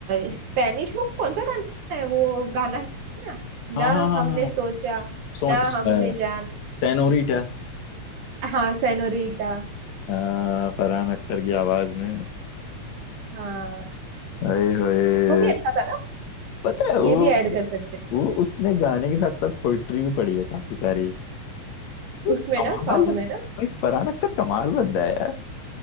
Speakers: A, on the right; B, on the left.
A: स्पेनिश वो कौन सा गाना है वो गाना है ना
B: हाँ
A: ना
B: हाँ हाँ
A: हमने
B: हाँ।
A: सोचा
B: सोन
A: ना
B: अ,
A: हमने जाना
B: सेनोरिटा
A: हाँ सेनोरीटा
B: अ, फरहान अख्तर की आवाज में
A: हाँ
B: अरे होए
A: वो भी अच्छा था ना
B: पता है
A: ये
B: वो
A: भी ऐड कर सकते हैं
B: वो उसने गाने के साथ साथ पोइट्री भी पढ़ी है काफी सारी वो
A: उसमें
B: कमाल
A: ना सॉन्ग
B: भाई
A: में ना
B: फरहान अख्तर कमाल बंदा है यार